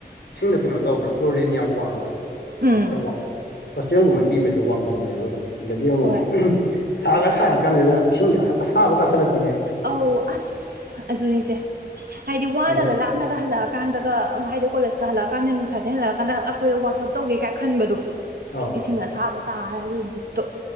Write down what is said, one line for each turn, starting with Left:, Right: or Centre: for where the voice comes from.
Left: ꯏꯁꯤꯡꯗ ꯀꯩꯅꯣ ꯇꯧꯕ꯭ꯔꯥ ꯀ꯭ꯂꯣꯔꯤꯟ ꯌꯥꯝ ꯋꯥꯡꯕꯥ
Right: ꯎꯝ
Left: ꯋꯥꯈꯜ ꯋꯥꯡꯈꯠ ꯍꯣꯁꯇꯦꯜꯒꯨꯝꯕ ꯄꯤꯕꯁꯦ ꯋꯥꯡꯒꯜꯂꯦꯕ ꯑꯗꯨꯝ ꯑꯗꯒꯤ ꯑꯃꯨꯛ
Right: ꯍꯣꯏ
Left: ꯁꯥꯒ ꯁꯥꯔ ꯀꯥꯟꯁꯤꯗ ꯏꯁꯤꯡꯁꯤ ꯑꯁꯥ ꯑꯁꯥꯕ ꯇꯥꯁꯜꯂꯛꯄ
Right: ꯑꯧ ꯑꯁ ꯑꯗꯨꯅꯤꯁꯦ ꯍꯥꯏꯗꯤ ꯋꯥꯅꯒ
Left: ꯑꯗ
Right: ꯂꯥꯛ ꯅꯒ ꯍꯜꯂꯛꯑꯀꯥꯟꯗꯒ ꯍꯥꯏꯗꯤ ꯀꯣꯂꯦꯖꯀ ꯍꯜꯂꯛꯑꯀꯥꯟꯗ ꯅꯨꯡꯁꯥꯗꯩ ꯍꯜꯂꯛꯑꯀꯥꯟꯗ ꯑꯩꯈꯣꯏꯗ ꯋꯥꯠꯁꯑꯞ ꯇꯧꯒꯦ ꯀꯥꯏ ꯈꯟꯕꯗꯣ
Left: ꯑꯧ
Right: ꯏꯁꯤꯡ ꯑꯁꯥꯕ ꯇꯥꯔ ꯑꯗꯨ ꯕꯤꯠꯇꯣ